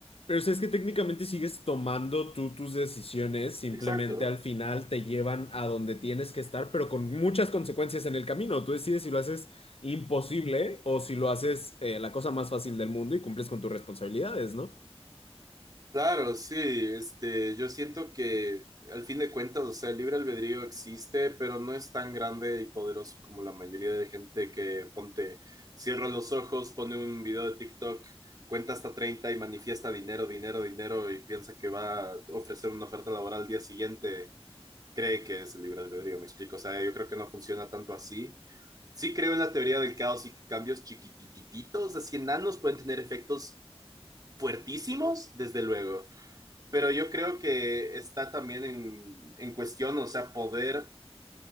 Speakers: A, on the left; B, on the right.
A: Pero o sea, es que técnicamente sigues tomando tú tus decisiones, simplemente
B: Exacto.
A: al final te llevan a donde tienes que estar, pero con muchas consecuencias en el camino. Tú decides si lo haces imposible o si lo haces eh, la cosa más fácil del mundo y cumples con tus responsabilidades, ¿no?
B: Claro, sí, este, yo siento que al fin de cuentas, o sea, el libre albedrío existe, pero no es tan grande y poderoso como la mayoría de gente que ponte, cierra los ojos, pone un video de TikTok, cuenta hasta 30 y manifiesta dinero, dinero, dinero y piensa que va a ofrecer una oferta laboral al día siguiente, cree que es el libre albedrío, me explico, o sea, yo creo que no funciona tanto así. Sí creo en la teoría del caos y que cambios chiquitititos, así enanos pueden tener efectos fuertísimos, desde luego pero yo creo que está también en, en cuestión, o sea, poder